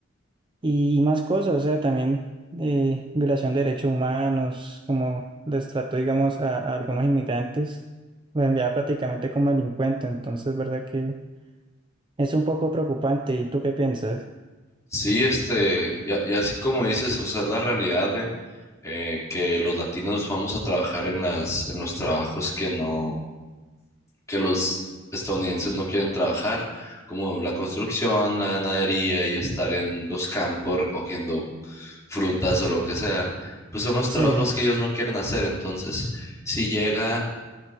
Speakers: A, on the right; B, on the left.
A: y más cosas, o sea, también eh, violación de derechos humanos, como les trató, digamos, a, a algunos inmigrantes, los enviaba prácticamente como delincuentes, entonces, ¿verdad que es un poco preocupante? ¿Y tú qué piensas?
B: Sí, este, ya, ya así como dices, o sea, es la realidad de eh, que los latinos vamos a trabajar en las, en los trabajos que no, que los estadounidenses no quieren trabajar, como la construcción, la ganadería y estar en los campos recogiendo frutas o lo que sea, pues son los
A: Sí,
B: trabajos que ellos no quieren hacer. Entonces, si llega